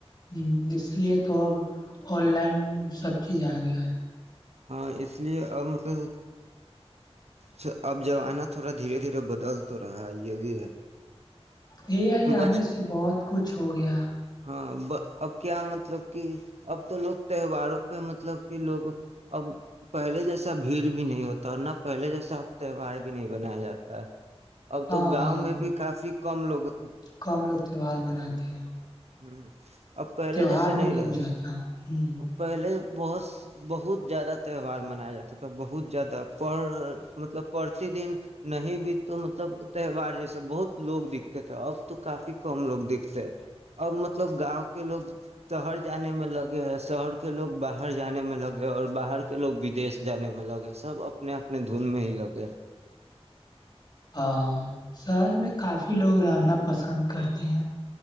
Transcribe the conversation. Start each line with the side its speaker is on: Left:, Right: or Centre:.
Left: ہ اس لیے تو اب آن لائن سب چیز آ گیا ہے
Right: ہاں اس لیے اب مطلب س اب زمانہ تھوڑا دھیرے دھیرے بدل تو رہا ہے یہ بھی ہے
Left: اے آئی
Right: بچ
Left: آنے سے بہت کچھ ہو گیا
Right: ہاں اب کیا مطلب کہ اب تو لوگ تہواروں پہ مطلب کہ لوگ اب پہلے جیسا بھیڑ بھی نہیں ہوتا اور نہ پہلے جیسا اب تہوار بھی نہیں بنایا جاتا ہے اب
Left: ہاں
Right: تو گاؤں میں بھی کافی کم لوگوں
Left: کم لوگ تہوار مناتے ہیں
Right: ہوں اب پہلے
Left: تہوار
Right: جیسے نہیں
Left: بھی
Right: رہے
Left: گزاتا ہ
Right: پہلے بہت بہت زیادہ تہوار منایا جاتا تھا بہت زیادہ پر مطلب پرتی دن نہیں بھی تو مطلب تہوار جیسے بہت لوگ دکھتے تھے اب تو کافی کم لوگ دکھتے ہیں اب مطلب گاؤں کے لوگ شہر جانے میں لگے ہیں شہر کے لوگ باہر جانے میں لگے اور باہر کے لوگ بدیش جانے میں لگے سب اپنے اپنے دن میں ہی لگے
Left: ہاں سر میں کافی لوگ رہنا پسند کرتے ہیں